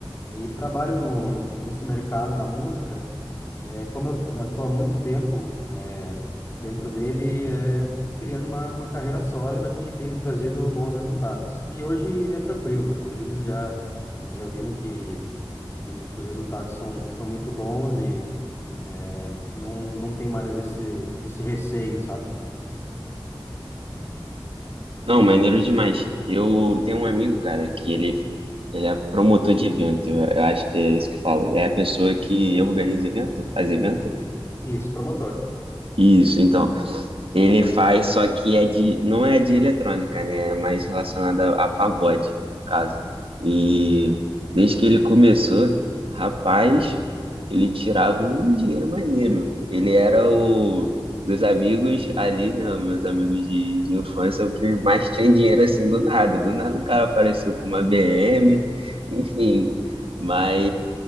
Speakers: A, on the left; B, on the right.
A: e trabalho no, nesse mercado da música. É, como eu estou há muito tempo é, dentro dele, é, fui criando uma, uma carreira sólida que tem me trazido bons resultados. E hoje é tranquilo, hoje eles já, eles já viram que, que, que os resultados são, são muito bons e é, não, não tem mais esse, esse receio, sabe?
B: Não, maneiro demais. Eu tenho um amigo, cara, que ele ele é promotor de evento. Eu eu acho que é isso que fala. É a pessoa que organiza evento, faz evento.
A: E- Isso, promotor.
B: Isso, então. Ele faz, só que é de, não é de eletrônica, né? É mais relacionada a pagode, no caso. E desde que ele começou, rapaz, ele tirava um dinheiro maneiro. Ele era o dos amigos ali, né? Meus amigos de, de infância, o que mais tinha dinheiro assim do nada. Do nada o cara apareceu com uma BM, enfim. Mas,